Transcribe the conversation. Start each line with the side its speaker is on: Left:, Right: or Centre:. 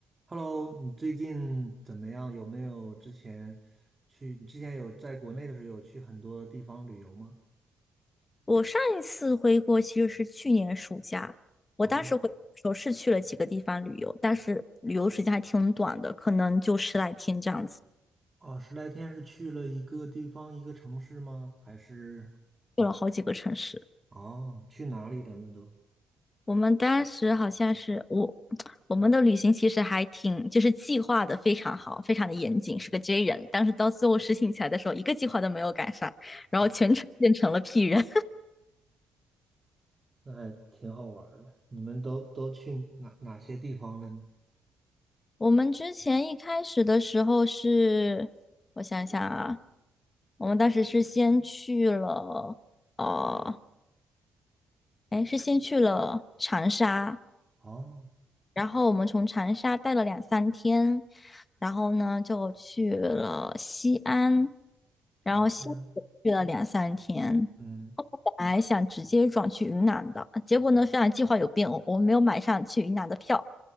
Right: Hello，你最近怎么样？有没有之前去？你之前有在国内的时候有去很多地方旅游吗？
Left: 我上一次回国其实是去年暑假，我当时回国的时候是去了几个地方旅游，
Right: 哦，
Left: 但是旅游时间还挺短的，可能就十来天这样子，
Right: 哦，十来天是去了一个地方，一个城市吗？还是
Left: 去了好几个城市。
Right: 哦，去哪里了那都
Left: 我们当时好像是我，<tsk> 我们的旅行其实还挺，就是计划的非常好，非常的严谨，是个 J 人。但是到最后实行起来的时候，一个计划都没有赶上，然后全程变成了
Right: 哦，
Left: P 人。
Right: 那还挺好玩儿的。你们都都去哪哪些地方了呢？
Left: 我们之前一开始的时候是，我想想啊，我们当时是先去了，呃，哎，是先去了长沙，
Right: 哦，
Left: 然后我们从长沙待了两三天，然后呢就去了西安，然后西安也去了两三天。
Right: 好，西安。嗯，
Left: 本来想直接转去云南的，结果呢，发现计划有变，我我没有买上去云南的票，